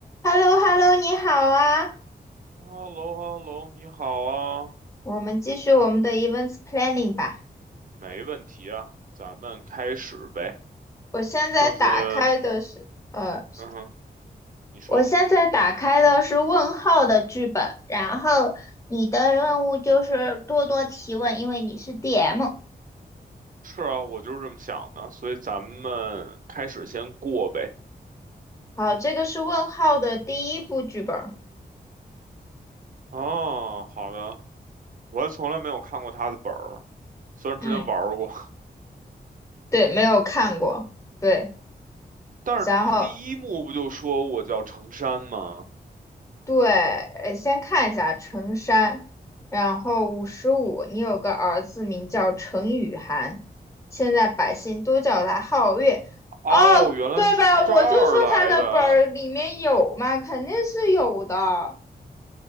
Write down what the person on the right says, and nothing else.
h e l l o h e l l o 你好啊，
没问题啊，咱们开始呗。
上次是
嗯哼，你说
是啊，我就是这么想的，所以咱们开始先过呗。
哦，好的，我还从来没有看过他的本儿，虽然之前玩儿过，
<laughs>
但是第一幕不就说我叫程山吗？
哦，
原来是这儿来的，